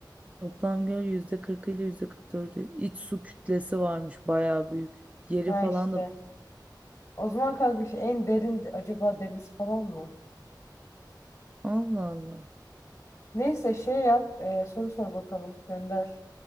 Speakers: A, on the right; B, on the left.
A: Toplam göl %40 ile %44'ü. İç su kütlesi varmış bayağı büyük. Yeri
B: Ha
A: falan
B: işte.
A: da
B: O zaman kanka şu en derin de- acaba deniz falan mı?
A: Allah Allah.
B: Neyse şey yap. e, soru sor bakalım. Gönder.